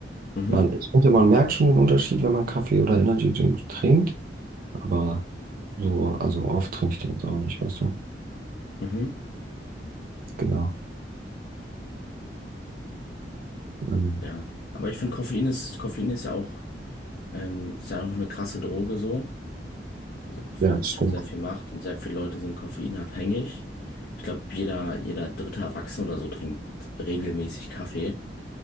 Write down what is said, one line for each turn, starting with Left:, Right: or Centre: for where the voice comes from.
Left: Mhm.
Right: Man, ich finde, man merkt schon den Unterschied, wenn man Kaffee oder Energy-Drink trinkt, aber so, also oft trinke ich den jetzt auch nicht, weißt du?
Left: Mhm.
Right: Genau. Ähm,
Left: Ja, aber ich finde, Koffein ist, Koffein ist ja auch, ähm, ist ja auch eine krasse Droge so. Also Koffein
Right: ja, das
Left: hat
Right: stimmt.
Left: schon sehr viel Macht und sehr viele Leute sind koffeinabhängig. Ich glaube, jeder, jeder dritte Erwachsene oder so trinkt regelmäßig Kaffee.